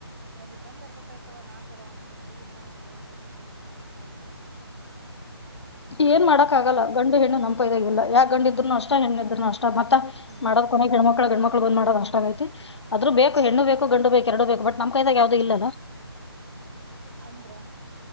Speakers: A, on the right; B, on the left.
A: ಒಂದ್ ಗಂಡ್ ಇರ್ಬೇಕಾಯ್ತವ ನಾಕದವ ಅಂತಂದ್ರೆ ಇಲ್ ಬಿಡ ನಾ ದೇವ್ರ ಕೊಟ್ಟಿದ್ದೆ ಏನ್ ಮಾಡಾಕ್ಕ ಆಾಗಲ್ಲ ಹ
B: ಏನ್ ಮಾಡಕ್ಕ ಆಗಲ್ಲ ಗಂಡು ಹೆಣ್ಣು ನಪೈದಾಗ ಇಲ್ಲ ಯಾಕ ಗಂಡ ಇದ್ನು ಅಷ್ಟ ಹೆಣ್ಣಿದ್ನು ಅಷ್ಟ ಮತ್ತತ್
A: ಹ್ಮ್
B: ಮಾಡದ್ಕನೆ ಗಣ್ಮ ಮಕ್ಳ ಗಣ್ಮಕ್ ಳ ಬಂದ್ ಮಾಡೋ ಅಷ್ಟ ಆಐತಿ ಆದ್ರ ಬೇಕು ಹೆಣು ಬೇಕು ಗಂಡು ಬೇಕ ಎರಡು ಬೇಕ ಬಟ್ ನಮ್ ಕ ಇದದಾಗ ಯಾವ್ದು ಇಲ್ಲ
A: ಅಂದ್ರ